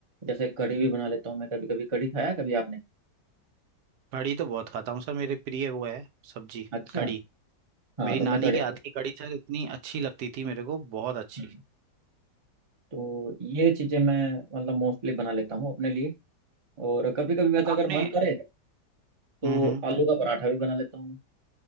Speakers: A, on the right; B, on the right.
A: जैसे कढ़ी भी बना लेता हूँ मैं कभी कभी कढ़ी खाया है कभी आपने
B: कढ़ी तो बहुत खाता हूँ सर मेरी प्रिय वो है सब्जी
A: अच्छा
B: कढ़ी
A: हाँ
B: मेरी
A: तो
B: नानी
A: मैं कढ़ी
B: के हाथ की कढ़ी सर इतनी अच्छी लगती थी मेरे को बहुत अच्छी
A: हम्म, तो ये चीज़ें मैं मतलब मोस्टली बना लेता हूँ अपने लिए और कभी कभी वैसा अगर
B: आपने
A: मन करे तो
B: हम्म हम्म
A: आलू का पराठा भी बना लेता हूँ मैं